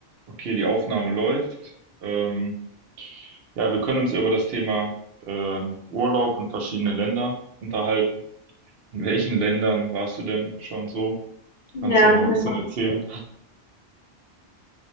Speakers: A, on the right; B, on the left.
A: Okay, die Aufnahme läuft. Ähm, ja, wir können uns ja über das Thema ähm, Urlaub und verschiedene Länder unterhalten. In welchen Ländern warst du denn schon so?
B: Ja,
A: Kannst du ja mal
B: können
A: ein bisschen
B: wir machen.
A: erzählen.